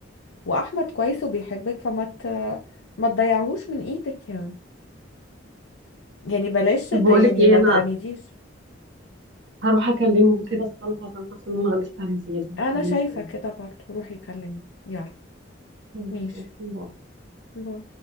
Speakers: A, on the left; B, on the right.
A: واحمد كويس وبيحبك فما ت... ما تضيعهوش من ايدك يعني يعني بلاش ت-
B: طب بقول
A: يعني
B: لك ايه
A: ما
B: انا
A: تعنيديش
B: هروح اكلمه كده الصراحه عشان حاسه ان انا غلست عليه زياده
A: انا
B: هكلمه
A: شايفه
B: تاني
A: كده برضو روحي كلمي يلا
B: خلاص
A: ماشي
B: اوكي باي.
A: باي